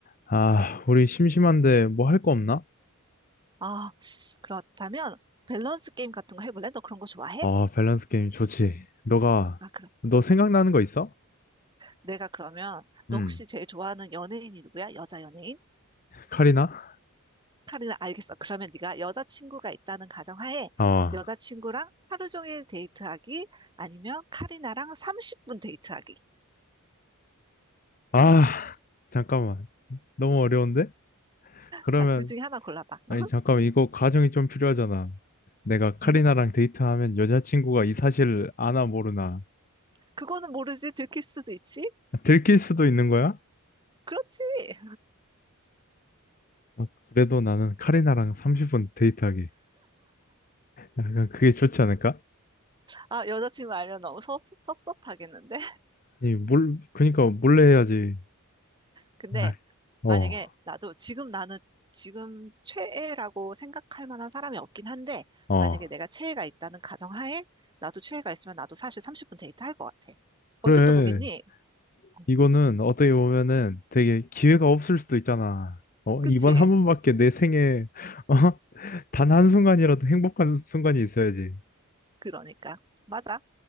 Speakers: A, on the left; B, on the right.
A: 아, 우리 심심한데 뭐 할 거 없나?
B: 아, 그렇다면 밸런스 게임 같은 거 해볼래? 너 그런 거 좋아해?
A: 아, 밸런스 게임 좋지. 너가,
B: 아, 그럼
A: 너 생각나는 거 있어?
B: 내가 그러면 너
A: 음,
B: 혹시 제일 좋아하는 연예인이 누구야? 여자 연예인?
A: 카리나?
B: 카리나 알겠어. 그러면 네가 여자친구가 있다는 가정하에
A: 아,
B: 여자친구랑 하루 종일 데이트하기 아니면 카리나랑 30분 데이트하기.
A: 아, 잠깐만. 너무 어려운데? 그러면,
B: 자, 둘 중에 하나 골라봐.
A: 아니,
B: 으흠,
A: 잠깐만. 이거 가정이 좀 필요하잖아. 내가 카리나랑
B: 음?
A: 데이트하면 여자친구가 이 사실 아나 모르나.
B: 그거는 모르지. 들킬 수도 있지.
A: 들킬 수도 있는 거야?
B: 그렇지.
A: 아, 그래도 나는 카리나랑 30분 데이트하기. 약간 그게 좋지 않을까?
B: 아, 여자친구 알면 너무 섭, 섭섭하겠는데?
A: 아니, 몰, 그니까 몰래 해야지.
B: 근데
A: 아, 어,
B: 만약에 나도 지금 나는 지금 최애라고 생각할 만한 사람이 없긴 한데
A: 어.
B: 만약에 내가 최애가 있다는 가정하에 나도 최애가 있으면 나도 사실 30분 데이트 할 것 같아.
A: 그래.
B: 언제 또 보겠니? 어,
A: 이거는 어떻게 보면은 되게 기회가 없을 수도 있잖아. 어?
B: 그치?
A: 이번 한 번밖에 내 생에 <laughs> 어? 단 한순간이라도 행복한 순간이 있어야지.
B: 그러니까. 맞아.